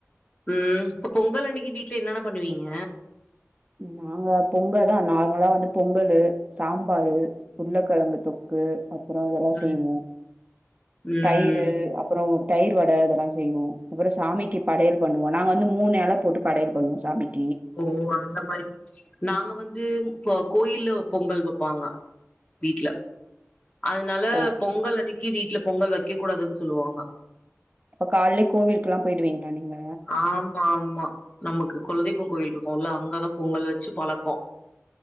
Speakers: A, on the left; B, on the right.
A: ம் இப்ப பொங்கல் அன்னைக்கி வீட்ல என்னென்ன பண்ணுவீங்க
B: நாங்க பொங்கல் தா நார்மலா வந்து பொங்கலு சாம்பாரு உருளகெழங்கு தொக்கு அப்றோ இதெல்லா
A: ம்
B: செய்வோ
A: ம்
B: தயிரு அப்றோ தயர் வட இதெல்லா செய்வோ அப்றோ சாமிக்கு படையல் பண்ணுவோ நாங்க வந்து மூணு எல போட்டு படையல் பண்ணுவோ சாமிக்கி
A: ஓ அந்த மாரி நாங்க வந்து கோயில்ல பொங்கல் வைப்பாங்க வீட்ல அதனால
B: ஓ!
A: பொங்கல் அன்னைக்கி வீட்ல பொங்கல் வைக்க கூடாதுன்னு சொல்லுவாங்க
B: அப்ப காலே கோவிலுக்குல்லா போயிடுவீங்களா நீங்க
A: ஆமா ஆமா நமக்கு கொலதெய்வோ கோயில் இருக்குல்ல அங்கதா பொங்கல் வெச்சு பழக்கோ